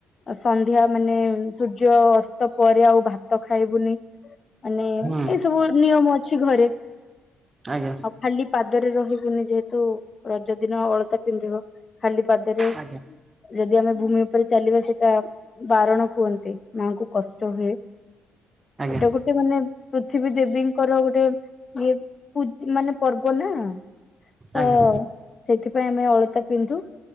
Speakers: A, on the left; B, on the right.
A: ସନ୍ଧ୍ୟା ମାନେ ସୂର୍ଯ୍ୟ ଅସ୍ତ ପରେ ଆଉ ଭାତ ଖାଇବୁନି। ମାନେ ଏଇ
B: ହୁଁ
A: ସବୁ ନିୟମ ଅଛି ଘରେ।
B: ଆଜ୍ଞା
A: ଆଉ ଖାଲି ପାଦରେ ରହିବୁନି ଯେହେତୁ ରଜ ଦିନ ଅଳତା ପିନ୍ଧିବ। ଖାଲି ପାଦରେ
B: ଆଜ୍ଞା
A: ଯଦି ଆମେ ଭୂମି ଉପରେ ଚାଲିବା ସେଇଟା ବାରଣ କୁହନ୍ତି। ମା କୁ କଷ୍ଟ ହୁଏ
B: ଆଜ୍ଞା
A: ଏଇଟା
B: ଆଜ୍ଞା
A: ଗୋ ଟେ ମାନେ ପୃଥିବୀ ଦେବୀଙ୍କର ଗୋଟେ ଇଏ ପୂ ମାନେ ପର୍ବ ନା। ତ
B: ଆଜ୍ଞା।
A: ସେଥିପାଇଁ ଆମେ ଅଳତା ପିନ୍ଧୁ